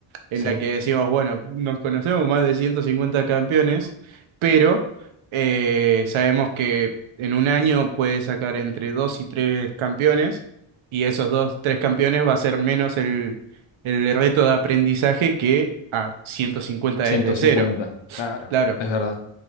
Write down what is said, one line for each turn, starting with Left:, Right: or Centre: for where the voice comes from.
Right: en
Left: Sí,
Right: la que decimos, bueno, nos conocemos más de 150 campeones, pero eh, sabemos que en un año puede sacar entre dos y tres campeones, y esos dos, tres campeones va a ser menos el, el reto de aprendizaje que a 150
Left: ciento
Right: desde
Left: cincuenta.
Right: cero.
Left: claro,
Right: Claro,
Left: es verdad.